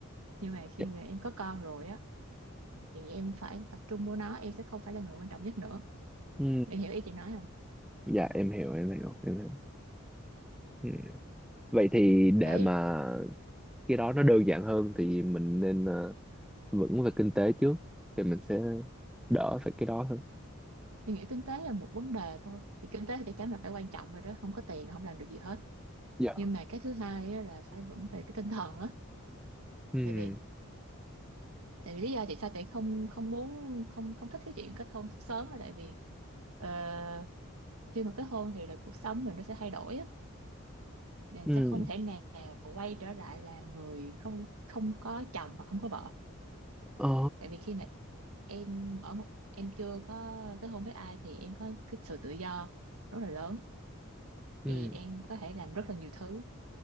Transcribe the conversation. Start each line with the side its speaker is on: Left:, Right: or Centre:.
Right: nhưng mà khi
Centre: dạ.
Right: mà em có con rồi á thì em phải tập trung vô nó em sẽ không phải là người quan trọng nhất nữa
Centre: Ừ.
Right: em hiểu ý chị nói không
Centre: Dạ em hiểu em hiểu em hiểu ừ. Vậy thì để
Right: đấy
Centre: mà cái đó nó đơn giản hơn thì mình nên ờ, vững về kinh tế trước thì mình sẽ đỡ phải cái đó hơn
Right: Chị nghĩ kinh tế là một vấn đề thôi thì kinh tế thì chắc chắn là phải quan trọng rồi đó không có tiền là không làm được gì hết
Centre: dạ
Right: nhưng mà cái thứ hai á là phải vững về cái tinh thần á
Centre: ừ.
Right: tại vì tại vì lý do tại sao chị không không muốn không không thích cái chuyện kết hôn sớm là tại vì ờ, khi mà kết hôn thì là cuộc sống mình nó sẽ thay đổi á nên
Centre: Ừ.
Right: sẽ không thể nào quay trở lại là người không không có chồng hoặc không có vợ
Centre: ờ
Right: tại vì khi mà em ở một em chưa có kết hôn với ai thì em có cái sự tự do rất là lớn
Centre: ừ
Right: thì em có thể làm rất là nhiều thứ